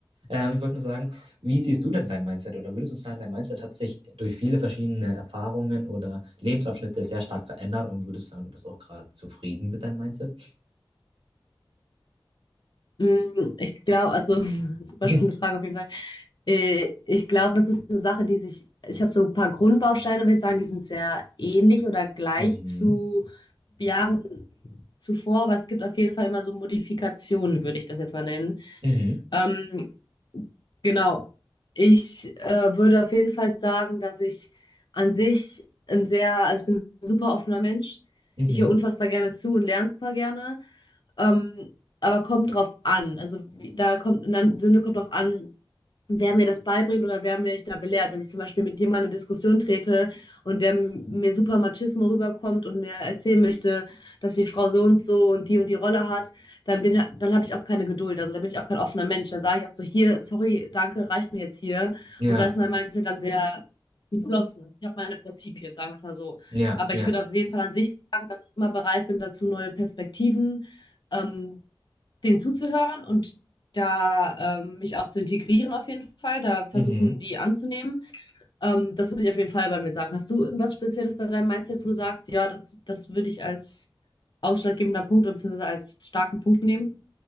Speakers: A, on the right (about 80°); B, on the left (about 55°).
A: Ähm, ich wollte nur sagen, wie siehst du denn dein Mindset? Oder würdest du sagen, dein Mindset hat sich durch viele verschiedene Erfahrungen oder Lebensabschnitte sehr stark verändert und würdest sagen, du bist auch gerade zufrieden mit deinem Mindset?
B: Mm, Ich glaube, also, <laughs> super
A: <laughs>
B: spannende Frage auf jeden Fall. Äh, Ich glaube, das ist eine Sache, die sich, ich habe so ein paar Grundbausteine, würde ich sagen, die sind sehr ähnlich oder gleich
A: Mhm.
B: zu Jahren zuvor, aber es gibt auf jeden Fall immer so Modifikationen, würde ich das jetzt mal nennen.
A: Mhm.
B: Ähm, genau. Ich äh, würde auf jeden Fall sagen, dass ich an sich ein sehr, also ich bin ein super offener Mensch.
A: Mhm.
B: Ich höre unfassbar gerne zu und lerne super gerne. Ähm, aber kommt drauf an. Also wie- da kommt, in einem Sinne kommt drauf an, wer mir das beibringt oder wer mich da belehrt. Wenn ich zum Beispiel mit jemandem in eine Diskussion trete und der m- mir super Machismo rüberkommt und mir erzählen möchte, dass die Frau so und so und die und die Rolle hat, dann bin, dann habe ich auch keine Geduld. Also da bin ich auch kein offener Mensch. Dann sage ich auch so, hier, sorry, danke, reicht mir jetzt hier.
A: Ja,
B: Und da ist mein Mindset dann sehr geschlossen. Ich habe meine Prinzipien, sagen wir es mal so.
A: ja,
B: Aber
A: ja.
B: ich würde auf jeden Fall an sich sagen, dass ich immer bereit bin dazu, neue Perspektiven ähm, denen zuzuhören und da ähm, mich auch zu integrieren auf jeden Fall, da versuchen
A: Mhm.
B: die anzunehmen. Ähm, das würde ich auf jeden Fall bei mir sagen. Hast du irgendwas Spezielles bei deinem Mindset, wo du sagst, ja, das, das würde ich als ausschlaggebender Punkt oder beziehungsweise als starken Punkt nehmen,